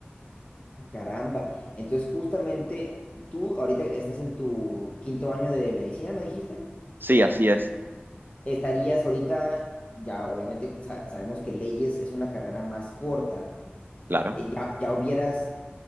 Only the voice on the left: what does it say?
Ah, Caramba. Entonces, justamente, tú ahorita estás en tu quinto año de medicina, ¿me dijiste?
Estarías ahorita, ya obviamente sa- sabemos que leyes es una carrera más corta,
eh, ya, ya hubieras,